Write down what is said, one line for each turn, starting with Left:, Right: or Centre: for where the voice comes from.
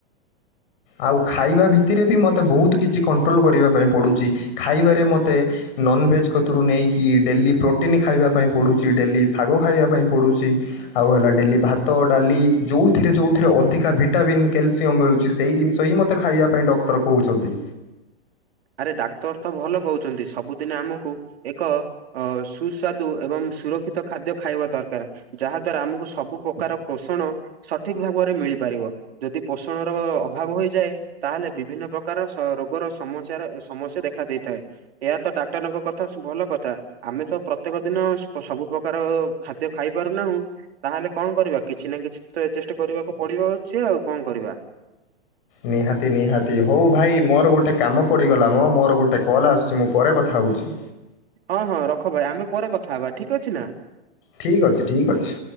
Left: ଆଉ ଖାଇବା ଭିତରେ ବି ମୋତେ ବହୁତ କିଛି କଣ୍ଟ୍ରୋଲ କରିବା ପାଇଁ ପଡ଼ୁଛି ଖାଇବାରେ ମୋତେ ନନଭେଜ୍ କତିରୁ ନେଇକି ଡେଲି ପ୍ରୋଟିନ୍ ଖାଇବା ପାଇଁ ପଡ଼ୁଛି ଡେଲି ଶାଗ ଖାଇବା ପାଇଁ ପଡ଼ୁଛି। ଆଉ ହେଲା ଡେଲି ଭାତ ଡାଲି ଯୋଉଥିରେ ଯୋଉଥିରେ ଅଧିକା ଭିଟାମିନ୍ କ୍ୟାଲସିୟମ ମିଳୁଛି ସେଇ ଜିନିଷ ହିଁ ମୋତେ ଖାଇବା ପାଇଁ ଡକ୍ଟର କହୁଛନ୍ତି।
Right: ଆରେ ଡାକ୍ତରତ ଭଲ କହୁଛନ୍ତି ସବୁଦିନ ଆମକୁ ଏକ ଓ ସୁସ୍ୱାଦୁ ଏବଂ ସୁରକ୍ଷିତ ଖାଦ୍ୟ ଖାଇବା ଦରକାର। ଯାହାଦ୍ଵାରା ଆମକୁ ସବୁ ପ୍ରକାର ପୋଷଣ ସଠିକ ଭାବରେ ମିଳିପାରିବ। ଯଦି ପୋଷଣର ଅଭାବ ହୋଇଯାଏ ତାହେଲେ ବିଭିନ୍ନ ପ୍ରକାର ସରୋ ରୋଗର ସମସ୍ୟାର ସମସ୍ୟା ଦେଖା ଦେଇଥାଏ ଏହାତ ଡାକ୍ତରଙ୍କ କଥା ଭଲ କଥା ଆମେତ ପ୍ର ପ୍ରତ୍ୟେକ ଦିନ ସୁ ସବୁ ପ୍ରକାର ଖାଦ୍ୟ ଖାଇ ପାରୁନାହୁଁ। ତାହେଲେ କଣ କରିବା କିଛିନା କିଛିତ ଏଜେଷ୍ଟ କରିବାକୁ ପଡିବ ଅଛି ଆଉ କଣ କରିବା।
Left: ନିହାତି ନିହାତି ହଉ ଭାଇ ମୋର ଗୋଟେ କାମ ପଡ଼ିଗଲାମ ମୋର ଗୋଟେ କଲ୍ ଆସୁଛି ମୁଁ ପରେ କଥା ହଉଛି।
Right: ହଁ ହଁ ରଖ ଭାଇ ଆମେ ପରେ କଥା ହବା ଠିକ ଅଛି ନା।
Left: ଠିକଅଛି ଠିକଅଛି।